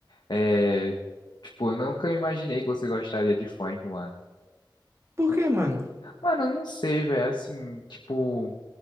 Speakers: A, on the left; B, on the right.
A: É, tipo, eu nunca imaginei que você gostaria de funk, mano.
B: Por quê, mano?
A: Mano, eu não sei, velho. Assim, tipo,